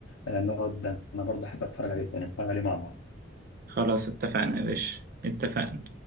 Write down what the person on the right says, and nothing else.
خلاص اتفقنا يا باشا اتفقنا